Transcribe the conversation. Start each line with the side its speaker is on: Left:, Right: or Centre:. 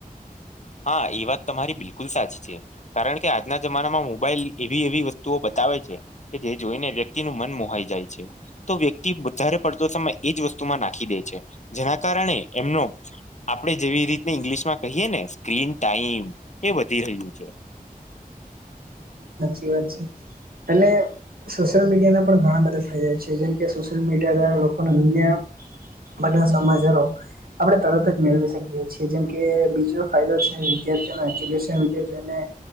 Left: હા ઈ વાત તમારી બિલકુલ સાચી છે કારણ કે આજના જમાનામાં મોબાઈલ એવી એવી વસ્તુઓ બતાવે છે કે જે જોઈને વ્યક્તિનું મન મો હાય જા છે તો વ્યક્તિ વધારે પડતો સમય એજ વસ્તુમાં નાખી દે છે જેના કારણે એમનો આપડે જેવી રીતને ઈંગ્લિશ માં કહીએે ને <unintelligible> ટાઈમ એ વધી રહ્યું છે
Right: <unintelligible> અને સોશિયલ મીડિયાના પણ ઘણા બધા ફાયદા છે જેમ કે સોશિયલ મીડિયા દ્વારા લોકોને દુનિયા બન્ના સમાચારો આપડે તરત જ મેળવી શકીએ છીએ જેમ કે બીજો ફાયદો છે <inaudible> એપ્લિકેશન કે જેને